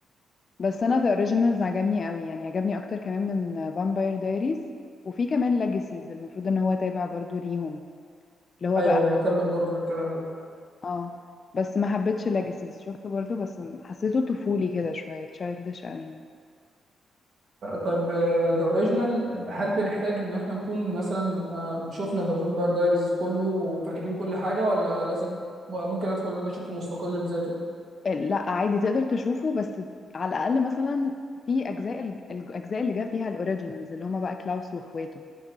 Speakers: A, on the left (about 30°); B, on the right (about 50°).
A: بس انا ذا اوريجينالز عجبني قوي يعني عجبني اكتر كمان من فامباير دايريز وفي كمان ليجاسيز المفروض ان هو تابع برضو ليهم اللي هو
B: أيوه
A: بقى
B: نكمل برضو للكلام ده
A: اه بس ما حبيتش ليجاسيز شفته برضو بس حسيته طفولي كده شوية تشايلدش قوي يعني
B: طيب ذا اوريجينال هل بنحتاج ان احنا نكون مثلا آه، شفنا ذا فامباير دايريز كله وفاكرين كل حاجه ولا لازم ممكن ادخل ان انا اشوفه مستقل بذاته
A: لا عادي تقدر تشوفه بس على الاقل مثلا في اجزاء الج- الاجزاء اللي جا فيها الاوريجينالز اللي هما بقى كلاوس واخواته